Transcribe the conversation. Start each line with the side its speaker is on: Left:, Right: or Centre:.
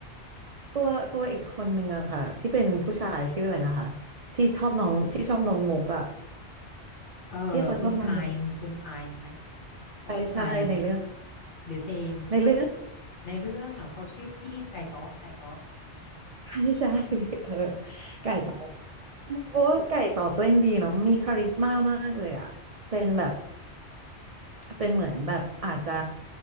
Right: ตัวละตัวอีกคนหนึ่งอะค่ะที่เป็นผู้ชายชื่ออะไรนะคะที่ชอบน้องที่ชอบน้องมุกอะ
Left: เออคุณไทม์คุณไทม์ไหม
Right: ที่เขาชอบน้องมุก
Left: เขาชื่อไทม์
Right: ใช่ใช่ในเรื่อง
Left: หรือเทม
Right: ในเรื่อง
Left: ในเรื่องเหรอเขาชื่อพี่ไก่ต๊ <laughs> อกไก่ต๊อก
Right: <laughs> ใช่ใช่เออไก่ตอกเพราะว่าไก่ตอกเล่นดีเนาะมีคาริสม่ามากเลยอะเป็นแบบเป็นเหมือนแบบอาจจะ